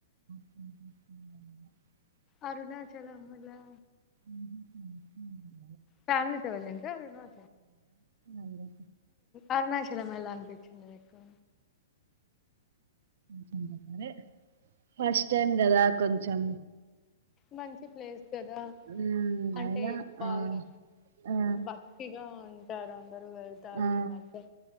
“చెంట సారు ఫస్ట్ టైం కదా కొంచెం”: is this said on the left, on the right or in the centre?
Right